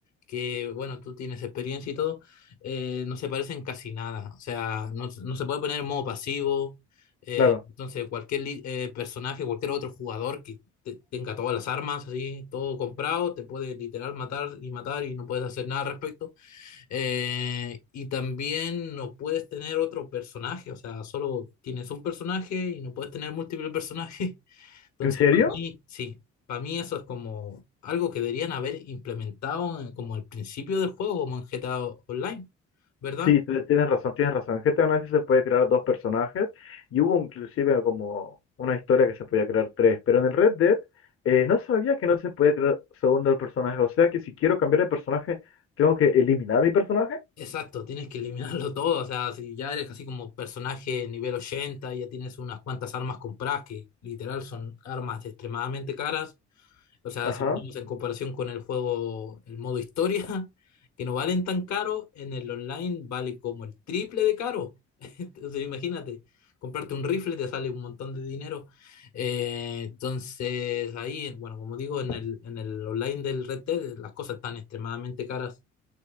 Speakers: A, on the left; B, on the left.
A: que bueno, tú tienes experiencia y todo, eh, no se parecen casi nada. O sea, no, no se puede poner en modo pasivo. eh,
B: Claro.
A: entonces, cualquier li- eh, personaje, cualquier otro jugador que te- tenga todas las armas, así, todo comprado, te puede literal matar y matar y no puedes hacer nada al respecto. Eh, y también no puedes tener otro personaje, o sea, solo tienes un personaje y no puedes tener múltiples personajes. <laughs> Entonces,
B: ¿En serio?
A: para mí, sí, para mí eso es como algo que deberían haber implementado en- como al principio del juego, como en GTA Online, ¿verdad?
B: Sí, te- tienes razón, tienes razón. En GTA Online sí se puede crear dos personajes y hubo inclusive como una historia que se podía crear tres, pero en el Red Dead eh, no sabía que no se podía crear segundo personaje, o sea que si quiero cambiar de personaje tengo que eliminar a mi personaje.
A: Exacto, tienes que eliminarlo <laughs> todo, o sea, si ya eres así como personaje nivel 80 y ya tienes unas cuantas armas compradas que literal son armas extremadamente caras O sea,
B: Ajá.
A: si ponemos en comparación con el juego, el modo historia, <laughs> que no valen tan caro, en el online vale como el triple de caro. <laughs> Entonces, imagínate, comprarte un rifle te sale un montón de dinero. Eh, entonces, ahí, bueno, como digo, en el, en el online del Red Dead las cosas están extremadamente caras.